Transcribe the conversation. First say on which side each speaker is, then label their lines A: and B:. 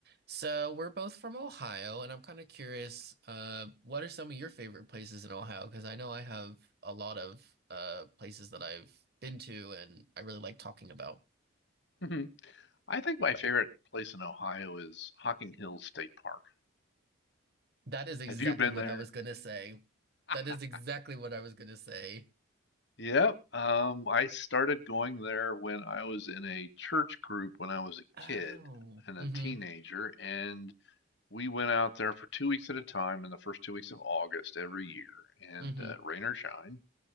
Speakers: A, on the right; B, on the left.
A: So we're both from Ohio, and I'm kind of curious, uh, what are some of your favorite places in Ohio? Because I know I have a lot of uh, places that I've been to, and I really like talking about.
B: Mhm. I think my favorite place in Ohio is Hocking Hills State Park.
A: That is exactly
B: Have you been
A: what
B: there?
A: I was gonna say.
B: <laughs>
A: That is exactly what I was gonna say.
B: Yep. Um, I started going there when I was in a church group when I was a
A: Oh,
B: kid and
A: mm-hmm,
B: a teenager, and we went out there for two weeks at a time in the first two weeks of August every year, and
A: mm-hmm,
B: uh, rain or shine.